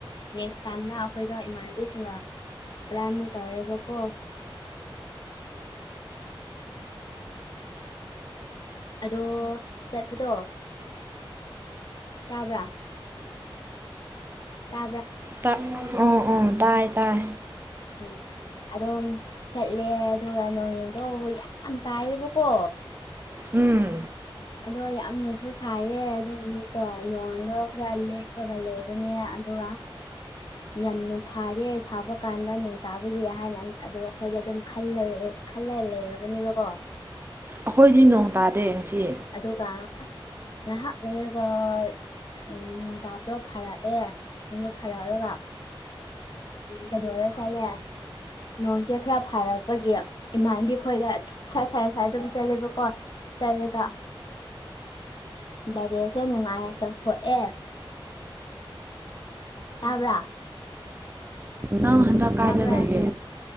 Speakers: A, on the left; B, on the right.
A: ꯅꯦꯛ꯭ꯁ ꯇꯥꯏꯝꯅ ꯑꯩꯈꯣꯏꯗꯣ ꯏꯃꯥꯟꯅꯕꯤꯁꯤꯡꯒ ꯄ꯭ꯂꯥꯟꯃꯨꯛ ꯇꯧꯔꯦꯕ ꯀꯣ ꯑꯗꯣ ꯆꯠꯄꯗꯣ ꯇꯥꯕ꯭ꯔꯥ ꯇꯥ
B: ꯇ <unintelligible> ꯇꯥꯏ ꯇꯥꯏ
A: ꯎꯝ ꯑꯗꯣꯝ ꯆꯠꯂꯦ ꯑꯗꯨꯒ ꯅꯣꯡꯏꯗꯣ ꯌꯥꯝ ꯇꯥꯏꯌꯦꯕꯀꯣ
B: ꯎꯝ
A: ꯑꯗꯣ ꯌꯥꯝꯅꯁꯨ ꯁꯥꯏꯌꯦ ꯑꯗꯣ ꯅꯨꯃꯤꯠꯇꯣ ꯅꯣꯡꯗꯣ ꯈꯔ ꯂꯦꯞꯄꯒ ꯂꯩꯕꯅꯦ ꯑꯗꯨꯒ ꯑ <unintelligible> ꯌꯥꯝꯅ ꯐꯥꯔꯦ ꯁꯥꯕ ꯀꯥꯟꯗ ꯅꯣꯡ ꯇꯥꯕꯒꯤ ꯍꯥꯏꯅ ꯑꯗ‌ꯣ ꯑꯩꯈꯣꯏꯗ ꯑꯗꯨꯝ ꯈꯜꯂ ꯈꯜꯂ ꯂꯩꯔꯕꯅꯦꯕꯀꯣ
B: ꯑꯩꯈꯣꯏꯗꯤ ꯅꯣꯡ ꯇꯥꯗꯦ ꯉꯁꯤ
A: ꯑꯗꯨꯒ ꯉꯥꯏꯍꯥꯛ ꯂꯩꯔꯒ ꯎꯝ ꯅꯣꯡ ꯇꯥꯕꯗ‌ꯣ ꯐꯥꯔꯛꯑꯦ ꯑꯗꯨ ꯐꯔꯛꯔꯒ ꯀꯩꯅꯣꯗ ꯆꯠꯂꯦ ꯅꯣꯡꯁꯦ ꯈꯔ ꯐꯥꯔꯛꯄꯒꯤ ꯏꯃꯥꯟꯕꯤ ꯈꯣꯏꯒ ꯁꯠ ꯁꯠ ꯁꯥꯏ ꯑꯗꯨꯝ ꯆꯠꯂꯦꯕꯀꯣ ꯆꯠꯂꯒ ꯕꯔꯦꯁꯦ ꯅꯨꯡꯉꯥꯏꯅ ꯇꯧꯊꯣꯛꯑꯦ ꯇꯥꯕ꯭ꯔꯥ
B: ꯅꯪ ꯍꯟꯗꯛ ꯀꯥꯏꯗ
A: ꯇꯥꯕ꯭ꯔꯥ
B: ꯂꯩꯒꯦ